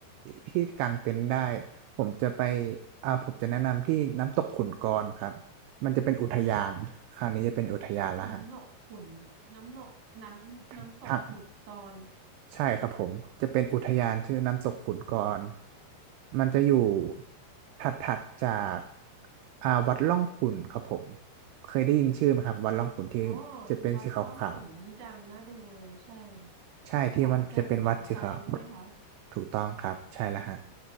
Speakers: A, on the right; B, on the right.
A: ที่กางเต็นท์ได้ผมจะไปอ่าผมจะแนะนำที่น้ำตกขุนกรครับมันจะเป็นอุทยานคราวนี้จะเป็นอุทยานละฮ
B: น้ำหนกขุนน้ำหนกน้ำน้ำตกขุดกร
A: ะ ใช่ครับผมจะเป็นอุทยานชื่อน้ำตกขุนกรมันจะอยู่ถัดถัดจากอ่าวัดร่องขุ่นครับผมเคยได้ยินชื่อไหมครับวัดร่องขุ่นที่จะเป็นสีขาว
B: อ๋อวัดร่องขุนนี่ดังน่าดูเลยใช่
A: ๆใช่ที่มันจะเป็นวัดสีขาว
B: ของอาจารย์เฉลิมชัยใช่ไหมคะ
A: ถูกต้องครับใช่แล้วฮะ